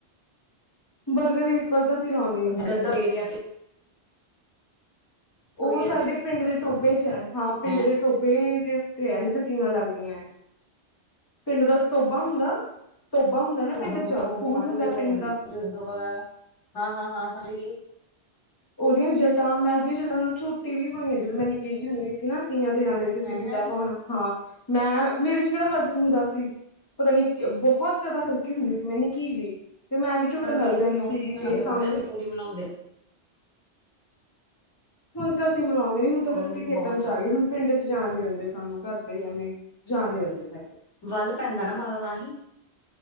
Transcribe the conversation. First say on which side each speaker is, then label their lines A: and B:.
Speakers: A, on the left; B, on the left.
A: ਬਰਗਰ ਦੀ ਪਿੱਪਲ ਤਾਂ ਅਸੀਂ ਲਾਉਂਦੇ ਨੀ ਹੈਗੇ।
B: ਗੰਦਾ ਪੇੜ ਆ ਫਿਰ ਕੋਈ
A: ਉਹ ਸਾਡੇ
B: ਐਵੇਂ
A: ਪਿੰਡ ਦੇ ਟੋਭੇ ਚ ਹੈ, ਹਾਂ ਪਿੰਡ
B: ਹੈਂ
A: ਦੇ ਟੋਭੇ ਦੇ ਉਤੇ ਹੈ, ਜਿਥੇ ਟਿਨਾਂ ਲੱਗਦੀਆਂ ਹੈ। ਪਿੰਡ ਦਾ ਤੋਬਾ ਹੁੰਦਾ ਟੋਭਾ ਹੁੰਦਾ ਨਾ
B: ਜਦੋਂ
A: ਪਿੰਡ ਚ
B: ਆਉਣਾ ਓਹ
A: ਸਕੂਲ
B: ਵੀ ਆਇਓ,
A: ਹੁੰਦਾ
B: ਜਦੋਂ
A: ਪਿੰਡ ਦਾ
B: ਬਜ਼ੁਰਗ ਵਗੇਰਾ, ਹਾਂ-ਹਾਂ-ਹਾਂ ਸਮਝ ਗਈ।
A: ਉਹਦੀਆਂ ਜਟਾਂ, ਮੈਂ ਉਹਦੀਆਂ ਜਟਾਂ ਨਾਲ ਝੋਤੀ ਵੀ ਹੋਈਆਂ, ਜਦੋਂ ਮੈਂ ਨਿੱਕੀ ਜਿਹੀ ਹੁੰਦੀ ਸੀ ਨਾ। ਤੀਆਂ ਤੇ ਜਾਂਦੇ ਸੀ ਅਸੀਂ
B: ਹੈਂ
A: ਗਿੱਧਾ
B: ਹੈਂ
A: ਪਾਉਣ ਹਾਂ, ਮੈਂ ਮੇਰੇ ਚ ਕਿਹੜਾ ਵਜਨ ਹੁੰਦਾ ਸੀ। ਪਤਾ ਨੀ, ਬਹੁਤ ਜਿਆਦਾ ਹਲਕੀ ਹੁੰਦੀ ਸੀ ਮੈਂ, ਨੀਕੀ ਜਿਹੀ। ਤੇ ਮੈਂ ਵੀ ਝੁੱਟਣ
B: ਬੀਰ
A: ਲੱਗ ਜਾਂਦੀ
B: ਸੀ ਉਹ ਵੀ
A: ਸੀਗੀ,
B: ਮਨਾਉਂਦੇ
A: ਤੇ
B: ਹੋਣਗੇ
A: ਸਾਹਮਣੇ
B: ਨਾ ਜੇ ਪੂਰੀ ਮਨਾਉਂਦੇ
A: ਹੁਣ ਤਾਂ ਅਸੀਂ ਮਨਾਉਂਦੇ ਨਹੀਂ, ਹੁਣ
B: ਹਾਂ
A: ਤਾਂ ਫਿਰ ਅਸੀਂ
B: ਨਹੀਂ
A: ਖੇਤਾਂ
B: ਬਹੁਤ
A: ਚ ਆ ਗਏ, ਹੁਣ ਪਿੰਡ ਚ ਜਾਨ ਨੀ ਦਿੰਦੇ ਸਾਨੂੰ ਘਰਦੇ ਐਵੇਂ ਜਾਨ ਨੀ ਦਿੰਦੇ ਹੈ।
B: ਵੱਲ ਪੈਂਦਾ ਨਾ ਬਾਲਾ ਤਾਂ ਹੀ